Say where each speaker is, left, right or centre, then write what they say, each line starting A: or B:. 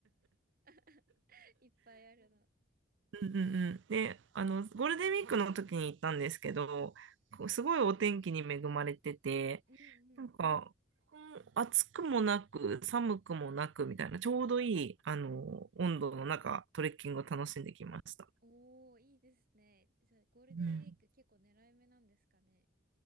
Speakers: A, on the right (about 50°); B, on the right (about 70°).
A: <laughs> いっぱいあるの。
B: うんうんうん。で、あの、ゴールデンウィークの時に行ったんですけど、こうすごいお天気に恵まれてて、
A: うんうん。
B: なんか、こう暑くもなく、寒くもなくみたいな、ちょうどいい、あの、温度の中、トレッキングを楽しんできました。
A: おー、いいですね。じゃあ、ゴールデンウィーク結構狙い目なんですかね。
B: うん。